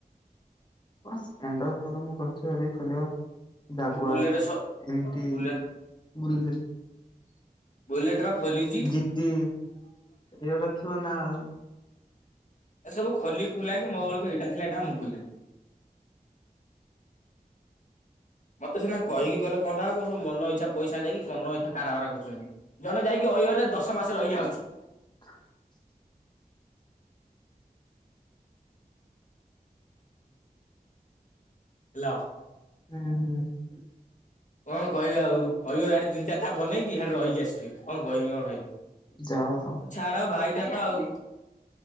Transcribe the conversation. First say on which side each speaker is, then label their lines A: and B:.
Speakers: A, on the left; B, on the left.
A: ସ୍ପ୍ଲେଡର ସୋ ରୁମ କରିଛି ଏବେ ଖୋଲିବା। ଜାଗୁଆର
B: ବୁଲେଟ ସ
A: ଏମତି
B: ବୁଲେଟ
A: ବୁଲେଟ୍
B: ବୁଲେଟ ବା ଖୋଲିଛି।
A: ଜିଟି ଏଇରା ରଖିବ ନା ଆଉ
B: ଏ ସବୁ ଖୋଲି ଖୋଲାକି, ମୋ ବେଳକୁ ଏଇଟା ଥିଲା ଏଇଟା ମୁଁ ଖୋଲିଦେଲି ମତେ ସିନା କହିକି କଲେ କଣ ଟା ହବ, ସବୁ ମନଇଛା ପଇସା ନେଇକି ମନ ଇଛା କାରବର କରୁଛନ୍ତି। ଜଣେ ଯାଇକି ଅହିବରେ ଦଶ ମାସ ରହିକିଆଉଛି।
A: <inaudible>
B: ହେଲୋ।
A: ହୁଁ ହୁଁ।
B: କଣ କହିବି ଆଉ କହିବ ଆଡେ ତିିନ ଚାରିଟା ବନେଇକି, ଆଡେ ରହିକି ଆସିବି। କଣ କହିବି କଣ ଭାଇବି
A: ଯାଅ ତ।
B: ଛାଡ ଭାଇଟା ତ ଆଉ